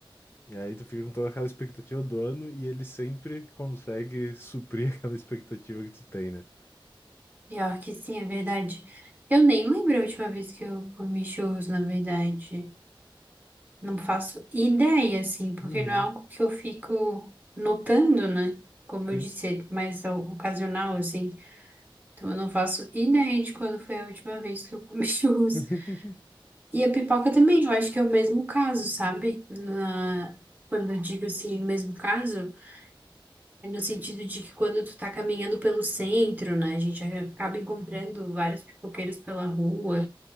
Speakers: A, on the left; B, on the right.
A: E aí tu fica com toda aquela expectativa do ano e ele sempre consegue suprir <laughs> aquela expectativa que tu tem, né?
B: Pior que sim, é verdade. Eu nem lembro a última vez que eu comi churros, na verdade. Não faço ideia, assim, porque
A: Uhum,
B: não é algo que eu fico notando, né? Como
A: sim.
B: eu disse, é mais o- ocasional, assim. Então eu não faço ideia de quando foi a última vez que eu comi <laughs> churros.
A: <laughs>
B: E a pipoca também, eu acho que é o mesmo caso, sabe? Na- Quando eu digo assim, o mesmo caso, é no sentido de que quando tu tá caminhando pelo centro, né? A gente acaba encontrando vários pipoqueiros pela rua.